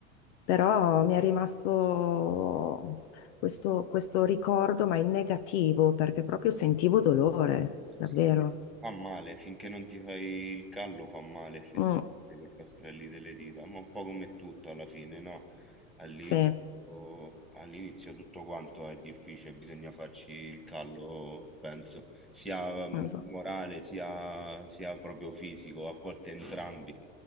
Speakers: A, on the left (about 55°); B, in the centre.
A: Però mi è rimasto questo, questo ricordo, ma in negativo, perché proprio sentivo dolore,
B: Eh
A: davvero.
B: sì, sì, Fa male, finché non ti fai il callo fa male effettivamente
A: Mm,
B: col castrelli delle dita, ma un po' come tutto alla fine, no? All'inizio
A: sì,
B: all'inizio tutto quanto è difficile, bisogna farci il callo, penso, sia mm,
A: non so.
B: morale sia, sia proprio fisico, a volte entrambi.